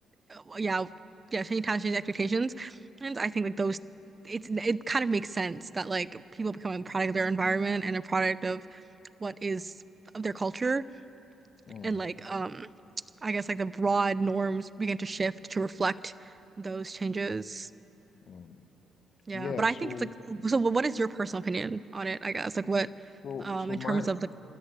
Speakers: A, on the right; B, on the left.
A: uh, yeah, yeah, change times, change expectations. And I think like those it's it kind of makes sense that like people become a product of their environment and a product of what is of their culture
B: Mm,
A: and like um I guess like the broad norms begin to shift to reflect those changes.
B: mm.
A: Yeah,
B: Yeah.
A: but I
B: So.
A: think it's like so what is your personal opinion on it, I guess? Like what
B: So.
A: um
B: So
A: in
B: my.
A: terms of like